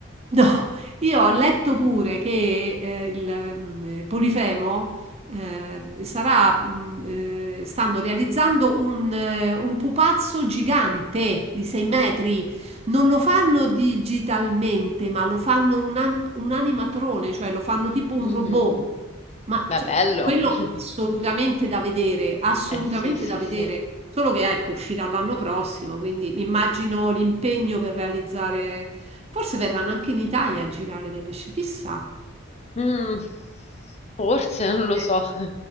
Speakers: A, on the right (about 30°); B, on the left (about 30°).
A: no, io ho letto pure che eh, il mm, Polifemo eh, sarà, mm, eh, stanno realizzando un, eh, un pupazzo gigante di 6 metri non lo fanno digitalmente, ma lo fanno un, an- un animatrone, cioè lo fanno tipo un
B: Mhm.
A: robot. Ma
B: Beh,
A: cioè,
B: bello.
A: quello
B: <laughs>
A: assolutamente da vedere, assolutamente
B: Eh sì, sì,
A: da
B: sì.
A: vedere. Solo che ecco, uscirà l'anno prossimo, quindi mi immagino l'impegno per realizzare. Forse verranno anche in Italia a girare delle scene, chissà.
B: Mm, forse, non lo
A: Sarebbe
B: so. <laughs>